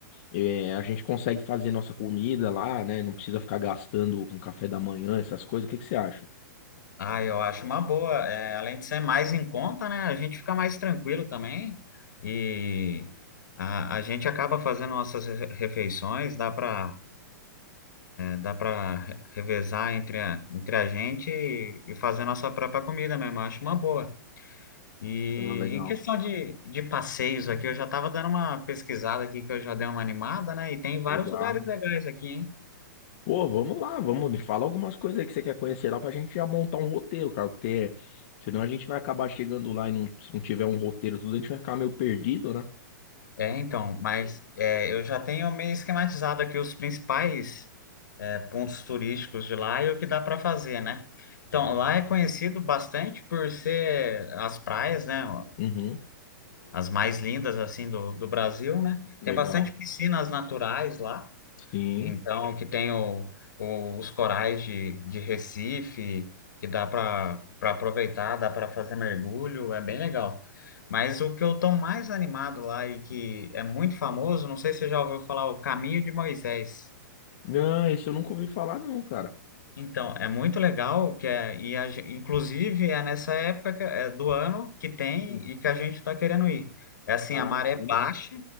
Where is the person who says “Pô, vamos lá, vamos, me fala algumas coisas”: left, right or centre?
Left